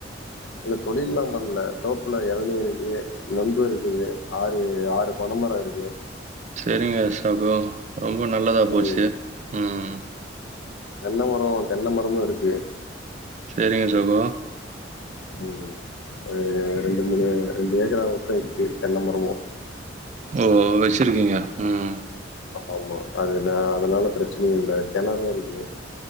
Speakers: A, on the left; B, on the right.
A: இல்ல தொழில்லா பண்ணல தோப்புல இளநீ இருக்கு நொங்கு இருக்குது ஆறு ஆறு பனைமரம் இருக்கு
B: சேரிங்க சகோ ரொம்ப நல்லதா போச்சு
A: ம்.
B: ம்
A: தென்ன மரம் தென்ன மரமும் இருக்கு
B: சேரிங்க சகோ
A: ம் ஒரு ரெண்டு மூணு ரெண்டு ஏக்கராவுக்கா இருக்கு தென்ன மரமும்
B: ஓ வச்சிருக்கீங்க ம்
A: ஆமா அதுல அதனால பிரச்சனயு இல்ல கிணறும் இருக்கு